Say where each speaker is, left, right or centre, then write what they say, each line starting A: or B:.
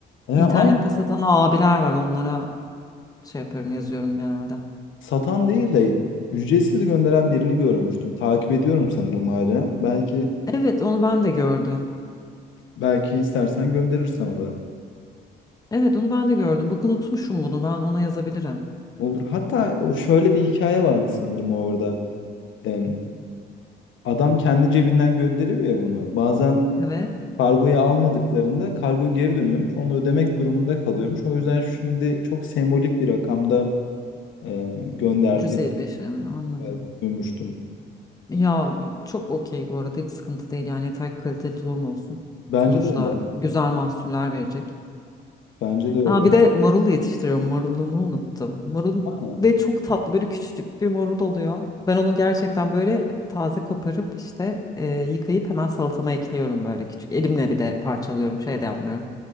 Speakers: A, on the left; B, on the left.
A: Ya
B: İnternette
A: aynı
B: satan abiler var onlara şey yapıyorum yazıyorum genelde.
A: satan değil de ücretsiz gönderen birini görmüştüm. Takip ediyorum sanırım hala. Belki
B: Evet, onu ben de gördüm.
A: belki istersen gönderir sana da.
B: Evet, onu ben de gördüm. Bakın unutmuşum bunu. Ben ona yazabilirim.
A: Olur. Hatta o şöyle bir hikaye vardı sanırım orada. Em, Adam kendi cebinden gönderiyor ya bunu. Bazen
B: Evet.
A: kargoyu almadıklarında kargo geri dönüyormuş. Onu ödemek durumunda kalıyormuş. O yüzden şimdi çok sembolik bir rakamda e, gönderdiğini
B: Cüzey beşi yani anladım.
A: e, duymuştum.
B: Ya çok okey bu arada hiç sıkıntı değil yani yeter ki kaliteli tohum olsun.
A: Bence
B: Sonuçta
A: de öyle.
B: güzel mahsuller verecek.
A: Bence de öyle.
B: Aa, bir de marul yetiştiriyorum. Marulumu unuttum. Marul
A: Ha,
B: ve çok tatlı böyle küçücük bir marul oluyor. Ben onu gerçekten böyle taze koparıp işte e, yıkayıp hemen salatama ekliyorum böyle küçük. Elimle bir de parçalıyorum şey de yapmıyorum.